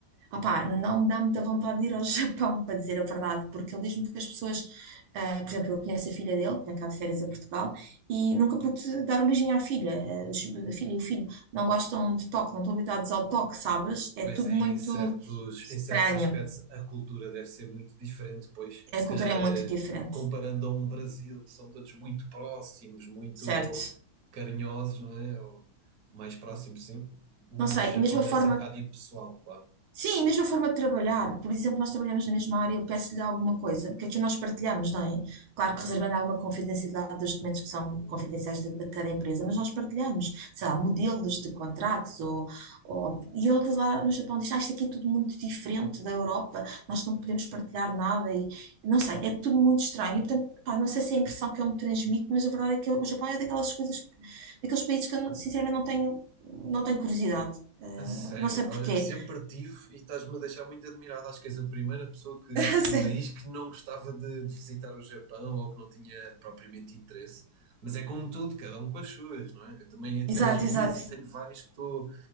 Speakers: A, on the right; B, on the right.
A: Opá, não me dá muita vontade de ir ao <laughs> Japão, para dizer a verdade, porque ele diz-me que as pessoas, ah, por exemplo, eu conheço a filha dele, que vem cá de férias a Portugal, e nunca pude dar um beijinho à filha, Ah, os- a filha e o filho não gostam de toque, não estão habituados ao toque, sabes? É
B: pois
A: tudo
B: é,
A: muito
B: em certos,
A: estranho,
B: em certos aspectos a cultura deve ser muito diferente, pois
A: a
B: se
A: cultura
B: calhar
A: é
B: eh,
A: muito diferente,
B: comparando a um Brasil, que são todos muito próximos, muito
A: certo?
B: carinhosos, não é? Ou mais próximos, sim. O
A: Não sei,
B: Japão
A: e mesmo a forma
B: deve ser um bocado impessoal, claro.
A: Sim, a mesma forma de trabalhar. Por exemplo, nós trabalhamos na mesma área, eu peço-lhe alguma coisa, que aqui nós partilhamos, não é? Claro que reservando alguma confidencialidade dos documentos que são confidenciais de, de cada empresa, mas nós partilhamos, sei lá, modelos de contratos ou, ou... E ele lá no Japão diz, ah, isto aqui é tudo muito diferente da Europa, nós não podemos partilhar nada e... Não sei, é tudo muito estranho. E, portanto, pá, não sei se é a impressão que eu me transmito, mas a verdade é que o Japão é daquelas coisas, daqueles países que eu, não- sinceramente, não tenho, não tenho curiosidade. Eh,
B: A sério,
A: não sei porquê.
B: olha, sempre tive e estás-me a deixar muito admirado. Acho que és a primeira pessoa que,
A: <laughs>
B: que me diz que não gostava de, de visitar o Japão ou que não tinha propriamente interesse. Mas é como tudo, cada um com as suas, não é? Eu também
A: Exato,
B: tenho as minhas
A: exato.
B: e tenho várias que estou